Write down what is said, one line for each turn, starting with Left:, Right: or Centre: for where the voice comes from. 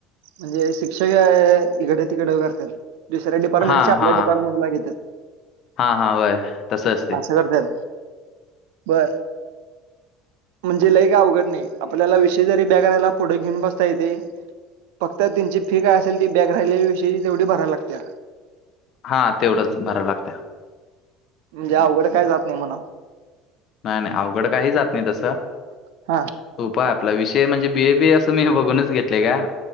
Right: म्हणजे शिक्षक इकडे तिकडे करत्यात. दुसऱ्या डिपार्टमेंटच्या
Left: हा
Right: आपल्या
Left: हा
Right: डिपार्टमेटला घेत्यात.
Left: हा.. हा.. वय तसं असतंय.
Right: असं करत्यात. बर. म्हणजे लय काय अवघड नाही. आपल्याला विषय जरी बॅक राहिला पुढं घेऊन बसता येते. फक्त त्यांची फी काय असेल ती, बॅक राहिलेल्या विषयी तेवढी भरायला लागत्या.
Left: हा तेवढंच भरावी लागत्या.
Right: म्हणजे अवघड काय जात नाही म्हणा,
Left: नाही नाही अवघड काही, जात नाही तसं.
Right: <inaudible>
Left: सोपा आपला विषय म्हणजे, बीएबीए असं मी बघूनच घेतले गां.